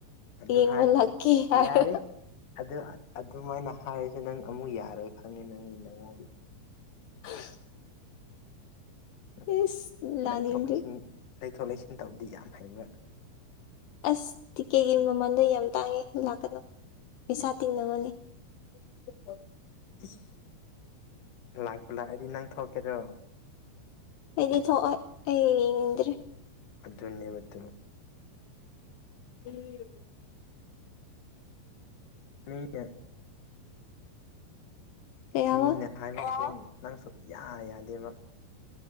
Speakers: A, on the left (about 50°); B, on the left (about 70°).
A: ꯑꯗꯨ
B: ꯌꯦꯡꯕ
A: ꯍꯥꯏ
B: ꯂꯥꯛꯀꯦ ꯍꯥꯏꯔ-
A: ꯌꯥꯔꯦ ꯑꯗꯨ -ꯑꯗꯨꯃꯥꯏꯅ ꯍꯥꯏꯔꯁꯨ ꯅꯪ ꯑꯃꯨꯛ ꯌꯥꯔꯣꯏ ꯈꯪꯉꯦ ꯅꯪꯒꯤ ꯅꯑꯣꯡ-
B: <unintelligible>
A: ꯎꯝ
B: ꯏꯁ ꯂꯥꯛꯅꯤꯡꯗ꯭ꯔꯤ
A: ꯂꯩꯊꯣꯛ -ꯂꯩꯁꯤꯟ ꯂꯩꯊꯣꯛ -ꯂꯩꯁꯤꯟ ꯇꯧꯕꯗꯤ ꯌꯥꯝ ꯍꯩꯕ
B: ꯑꯁ ꯇꯤꯛꯀꯦꯠꯒꯤ ꯃꯃꯜꯗꯣ ꯌꯥꯝ ꯇꯥꯡꯉꯦ ꯂꯥꯛꯀꯅꯣ ꯄꯩꯁꯥ ꯇꯤꯡꯅꯕꯅꯤ <unintelligible>
A: <unintelligible> ꯂꯥꯛꯄꯨ ꯂꯥꯛꯑꯗꯤ ꯅꯪ ꯊꯣꯛꯀꯦꯔꯣ
B: ꯑꯩꯗꯤ ꯊꯣꯛꯑꯣꯏ ꯑꯩ ꯌꯦꯡꯅꯤꯡꯗ꯭ꯔꯦ
A: ꯑꯗꯨꯅꯦꯕ ꯇꯨ
B: <unintelligible> <inaudible>
A: ꯃꯤꯌ - <unintelligible>
B: ꯀꯩ ꯍꯥꯏꯕ
A: ꯃꯤꯅ ꯍꯥꯏꯕꯁꯨ ꯅꯪ ꯁꯨꯞ ꯌꯥ ꯌꯥꯗꯦꯕ